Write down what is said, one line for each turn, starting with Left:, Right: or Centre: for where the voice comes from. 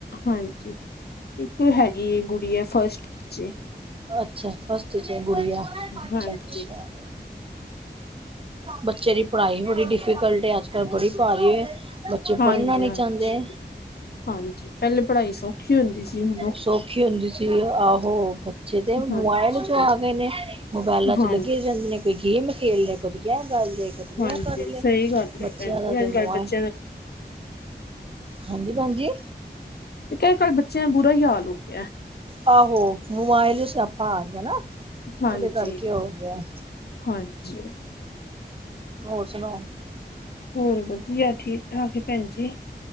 Left: ਹਾਂਜੀ। ਇੱਕ ਹੈਗੀ ਐ ਗੁਡੀਆ ਫਸਟ ਵਿਚ ਏ,
Right: ਅੱਛਾ ਫਸਟ 'ਚ ਗੁੜੀਆ ਅੱਛਾ-ਅੱਛਾ।
Left: ਹਾਂਜੀ ਜੀ।
Right: ਬੱਚੇ ਦੀ ਪੜ੍ਹਾਈ ਬੜੀ ਡਿਫੀਕਲਟ ਹੈ, ਅੱਜ ਕੱਲ ਬੜੀ ਭਾਰੀ ਬੱਚੇ
Left: ਹਾਂਜੀ-ਹਾਂਜੀ,
Right: ਪੜ੍ਹਨਾ ਨੀ ਚਾਂਦੇ।
Left: ਹਾਂਜੀ, ਪੈਲੇ ਪੜ੍ਹਾਈ ਸੋ ਖੀ ਹੁੰਦੀ ਸੀ ਹੁਣ,
Right: ਸੌਖੀ ਹੁੰਦੀ ਸੀ ਆਹੋ, ਬੱਚੇ ਤੇ ਮੋਬਾਇਲ
Left: ਹਾਂਜੀ,
Right: ਚੋਂ ਆ ਗਏ ਨੇ। ਮੋਬਾਇਲਾਂ ਚ
Left: ਹਾਂਜੀ,
Right: ਲੱਗੇ ਜਾਂਦੇ ਨੇ, ਕੋਈ ਗੇਮ ਖੇਲ ਲਿਆ, ਕਭੀ ਏ ਕਰ ਲਿਆ ਕਭੀ
Left: ਹਾਂਜੀ
Right: ਓ ਕਰ ਲਿਆ,
Left: ਸਹੀ ਗੱਲ
Right: ਬੱਚਿਆਂ
Left: ਏ ਭੈਣ ਜੀ
Right: ਦਾ ਤੇ
Left: ਅੱਜ
Right: ਮੋ
Left: ਕੱਲ੍ਹ ਬੱਚਿਆਂ ਦਾ
Right: ਹਾਂਜੀ, ਭੈਣ ਜੀ!
Left: ਕ ਕੱਲ੍ਹ ਬੱਚਿਆਂ ਦਾ ਬੁਰਾ ਈ ਹਾਲ ਹੋ ਗਿਆ।
Right: ਆਹੋ ਮੋਬਾਇਲ ਜੋ ਸਿਆਪਾਂ ਆ ਗਿਆ ਨਾ।
Left: ਹਾਂਜੀ,
Right: ਉਹਦੇ ਕਰਕੇ ਹੋ ਗਿਆ
Left: ਹਾਂਜੀ।
Right: ਹੋਰ ਸੁਣਾਓ।
Left: ਹੋਰ ਵਧੀਆ ਠੀਕ ਠਾਕ ਏ ਭੈਣ ਜੀ।